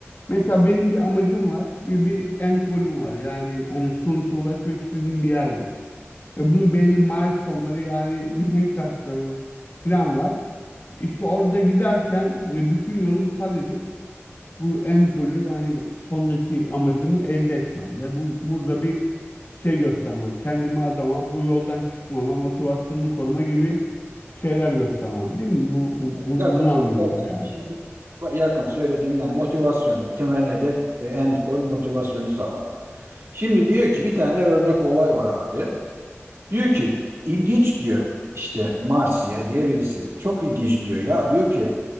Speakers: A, on the left; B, on the right.
A: Mesela benim bir amacım var ve bir end goal'üm var. Yani hani sonuçta ulaşmak istediğim bir yer var. Ve bunun belli milestone'ları yani mihenk taşları falan var. İşte orada giderken hani bütün yolu bu kat edip bu end golü yani sondaki amacımı elde etmem ve bu burada bir şey göstermem. Kendimi adama, bu yoldan çıkmama, motivasyonunu koruma gibi şeyler göstermem, değil mi? Bu, bu- bu-
B: yakın,
A: bunu anlıyoruz
B: yakın.
A: yani.
B: Şimdi bak, yakın söylediğin yani motivasyonun temel hedef ve end goal motivasyonu sağlamak. Şimdi diyor ki bir tane örnek olay var abi. Diyor ki ilginç diyor işte Marsiya diye birisi. Çok ilginç diyor. Ya diyor ki